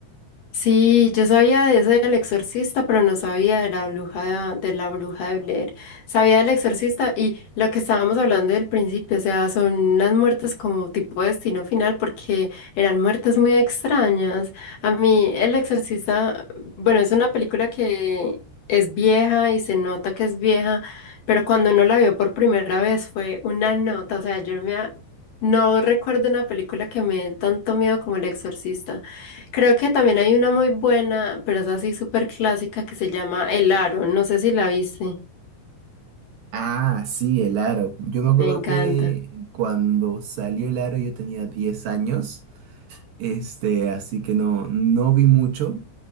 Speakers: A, on the left; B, on the right.
A: Sí, yo sabía de ese del exorcista, pero no sabía de la bruja de, la bruja de Blair. Sabía del exorcista y lo que estábamos hablando del principio, o sea, son unas muertes como tipo destino final porque eran muertes muy extrañas. A mí el exorcista, bueno, es una película que es vieja y se nota que es vieja, pero cuando uno la vio por primera vez fue una nota, o sea, yo no me... ha- No recuerdo una película que me dé tanto miedo como El Exorcista. Creo que también hay una muy buena, pero es así súper clásica que se llama El Aro. No sé si la viste.
B: Ah, sí, el aro. Yo me acuerdo
A: Me encanta.
B: que cuando salió el aro yo tenía 10 años, este, así que no, no vi mucho,